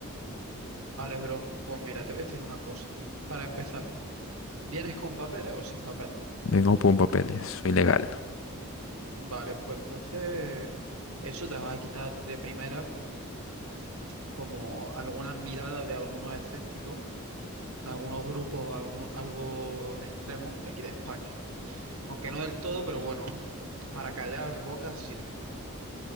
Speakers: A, on the right; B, on the left.
A: Vale, bro. Pues mira, te voy a decir una cosa. Para empezar, ¿vienes con papeles o sin papeles?
B: Vengo con papeles, soy legal.
A: Vale, pues entonces eso te va a quitar de primera mm, como algunas miradas de algunos escépticos, de algunos grupos algún- algo extremos de aquí de España. Aunque no del todo, pero bueno, para callar bocas sirve.